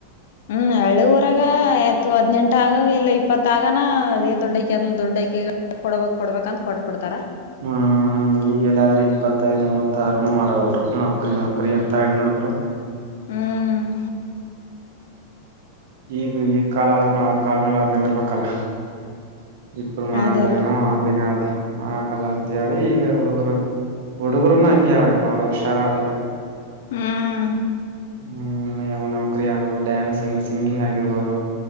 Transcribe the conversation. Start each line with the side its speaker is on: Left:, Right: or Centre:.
Left: ಹ್ಮ್ ಹಳ್ಳಿಊರಾಗ ಆಯ್ತು ಹದ್ನೆಂಟ ಆಗ ಇಲ್ಲ ಇಪ್ಪತ್ತಾಗನಾ ಏ ದೊಡ್ಡಕಿ ಅದ ದೊಡ್ಡಕಿ ಕೊಡಬೇಕಕ್ ಕೊಡ್ಬೇಕಂತ ಕೊಟ್ಬಿಡ್ತಾರ
Right: ಹ್ಮ್ ಈಗಲ್ಲಾದ್ರೂ ಇಪ್ಪತ್ತೈದ್ ಮೂವತ್ತಾರನು ಮಾಡಬಲ್ರು ನೌಕರಿ ನೌಕರಿ ಅಂತ ಹೆಣ್ಣ ಹುಡುಗ್ರು.
Left: ಹ್ಮ್
Right: ಈಗ ಈ ಕಾಲ ಆದ್ರೂನು ಅವ್ರ ಕಾಾಲ ಮೇಲೆ ಅವ್ರ ನಿಂದರ್ಬೇಕಲ್ಲ. ಇಪರು ಮಾಡಿದ್ರನ
Left: ಅದೇ ಅಲ್ರಿ
Right: <inaudible> ಆಕಲ್ಲ ಅಂತ ಹೇಳಿ ಈಗ ಹುಡುಗರು ಹುಡುಗರುನು ಹಂಗೆ ಅವ್ರಿ ಬಾಳ ಹುಷಾರ ಅವ ಈಗ.
Left: ಹ್ಮ್
Right: ಹ್ಮ್ ಯಾವ ನೌಕರಿ ಆಗುವ ಡ್ಯಾನ್ಸಿಂಗ್ ಸಿಂಗಿಂಗ್ ಆಗಿರ್ಬೋದು.